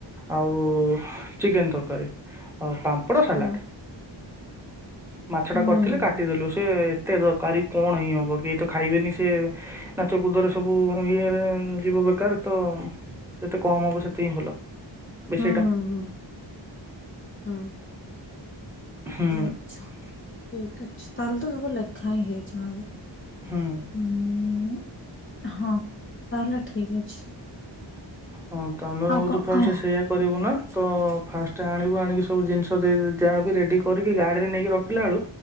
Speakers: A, in the centre; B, on the left.
A: ଆଉ ଚିକେନ ତର କରେ ତାମ୍ ପଡ଼ ସାଲାଡ଼
B: ହୁଁ
A: ମାଛ
B: ହୁଁ
A: ଟା କରିଥିଲେ କାଟିଦେଲୁ
B: ହୁଁ
A: ସେ ଏତେ କି କଣ ହିଁ ହବ କେହି ତ ଖାଇବେନି ସେ ନାଚ କୁଦରେ ସବୁ ଇଏରେ ଯିବ ବେକାର ତ ଯେ କମ ହବ ସେଥି ହିଁ ଭଲ ବ
B: ହଁ ହ ହୁଁ
A: ହୁଁ
B: ଆଛା ଠିକ ଅଛି ତାହଲେ ତ ସବୁ ଲେଖା ହିଁ ହେଇ ମେ ବି
A: ହୁଁ
B: ହ ହଁ ତାହଲେ ଠିକ ଅଛି।
A: ହଁ ତ ଆମେ ଭାବୁଛୁ
B: ଆଉ କଣ
A: ଫାଷ୍ଟ
B: ଓହ
A: ସେଇୟଆ କରିବୁ ନା। ତ ଫାଷ୍ଟ ଆଣିବୁ ଆଣିକି ସବୁ ଜିନିଷ ଯାହା ବି ରେଡି କରିକି ଗାଡିରେ ନେଇକି ରଖିଲା ବେଳୁ